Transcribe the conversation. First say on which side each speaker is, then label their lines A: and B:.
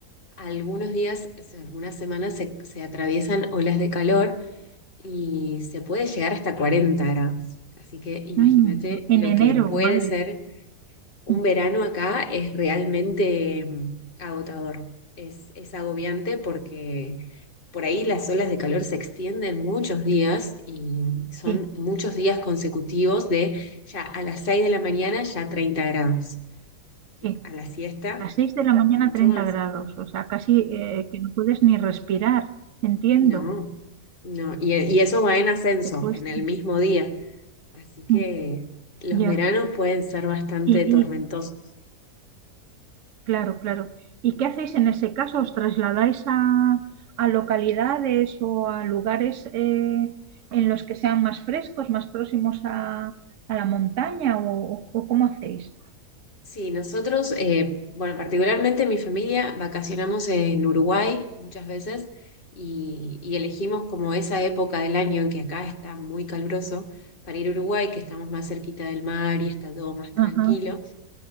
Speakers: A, on the left; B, on the right.
A: algunos días, o sea, algunas semanas se, se atraviesan olas de calor y se puede llegar hasta 40 grados. Así que imagínate
B: Mm, en
A: lo
B: enero,
A: que puede
B: madre.
A: ser un
B: Mm,
A: verano acá es realmente mm, agotador, es, es agobiante porque por ahí las olas de calor se extienden muchos días y son
B: Sí,
A: muchos días consecutivos de ya a las 6 de la mañana ya 30 grados,
B: sí.
A: a la siesta
B: A las 6 de la mañana
A: mucho
B: 30
A: más.
B: grados, o sea, casi eh, que no puedes ni respirar, entiendo,
A: No, no, y, y eso va en ascenso
B: te cuesta.
A: en el mismo día, así que
B: Mm,
A: los
B: ya,
A: veranos pueden ser bastante
B: y,
A: tormentosos.
B: y, claro, claro. ¿Y qué hacéis en ese caso? ¿Os trasladáis a, a localidades o a lugares eh, en los que sean más frescos, más próximos a, a la montaña o, o- o cómo hacéis?
A: Sí, nosotros, eh, bueno, particularmente mi familia, vacacionamos en Uruguay muchas veces y, y elegimos como esa época del año en que acá está muy caluroso para ir a Uruguay, que estamos más cerquita del mar y está todo más tranquilo
B: Ajá,